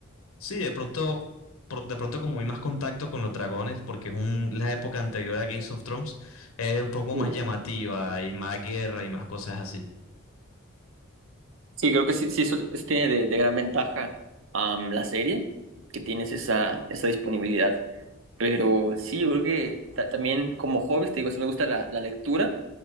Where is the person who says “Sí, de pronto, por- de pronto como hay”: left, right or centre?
Left